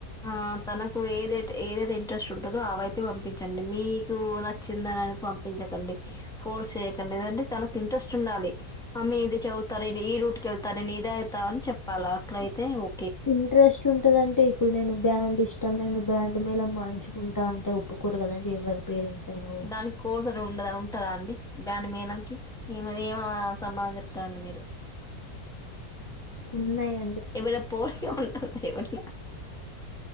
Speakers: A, in the centre; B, on the left.
A: ఆ తనకు ఏదయితే ఏదయి ఇంట్రెస్ట్ ఉంటదో ఆ వైపె పంపించండి మీకు నచ్చిందని అని పంపించకండి ఫోర్స్ చేయకండి లేదంటె తనకి ఇంట్రెస్ట్ ఉండాలి మమ్మీ ఇది చదువుతా నెను ఈ రూట్ కి ఎళ్తా నెను ఇది అయిత అని చెప్పాల అట్ల అయితే ఒ
B: ఇంట్రెస్ట్ ఉంటదంటే ఇప్పుడు నేను బ్యాండ్ ఇష్టం నేను బ్యాండ్ మేలం వాయించుకుంటా అంటే ఒప్పుకోరు కదండి ఎవ్వరి పేరెంట్స్ అయినా కూడా
A: దానికి కోర్స్ ఉండదా ఉంటదా అండి బ్యాండు మేళం కి ఏమరి సంబందన చెప్తాండం మీరు
B: ఉన్నయ్
A: ఎబ్బుడన్న పొర్సే ఉం <unintelligible> ఎవరిలా